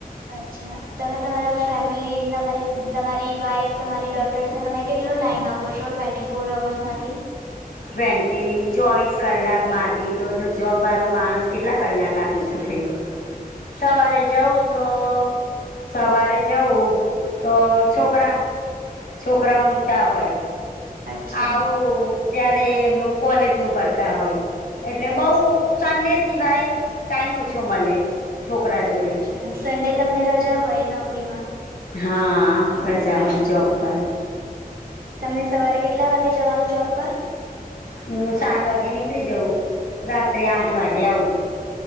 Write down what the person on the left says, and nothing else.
ટ્વેન્ટી ચોવીસ કલાકમાંથી તો જો જોબ મારો માણસ કેટલા કલાક આપી શકે સવારે જવું તો સવારે જવું તો છોકરા છોકરા ઊંઘતા હોય
આવું ત્યારે એમનું કોલેજ નું કરતા હોય એટલે
બઉ સન્ડે સિવાય ટાઈમ ઓછો મળે છોકરા જોડે
હા રજા હોય જોબ પર
હમ્મ સાત વાગે નીકળી જઉ રાત્રે આઠ વાગે આવું